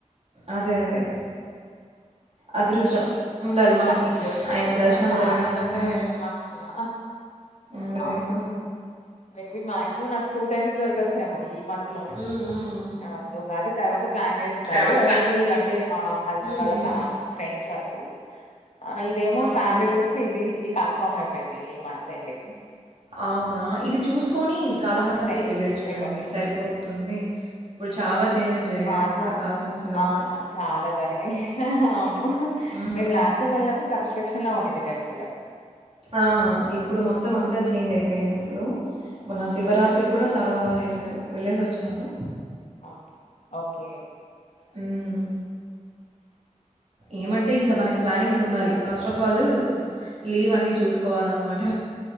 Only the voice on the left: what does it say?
అప్పుడు బ్రేక్ దొరికితే
ప్రశాంతంగా
వెళ్ళాం అసలా
అవును మేబీ మాక్సిమమ్ నాకు టూ టైమ్స్ దొరకొచ్చేమో ఈ మంత్ లోనే
అవున్ ఉగాది తర్వాత ప్లాన్ చేస్తున్నారు
ఓన్లీ అంటే మా హస్బెండ్
వాళ్ళ
ఫామ్ ఫ్రెండ్స్ వరకు ఆ ఇదేమో
ఫ్యామిలీ ట్రిప్ ఇది ఇది కన్ఫర్మ్ అయిపోయింది ఈ మంత్ ఎండ్కి
ఈ ఫ్రెండ్స్
ట్రిప్పే కొంచెం
మా
మొత్
అవునవును
చాలా జరిగాయి అవును
మేము లాస్ట్ టైం వెళ్ళినప్పుడు కన్స్ట్రక్షన్ లో ఉండింది. టెంపుల్
హ్మ్.
ఆ ఓకే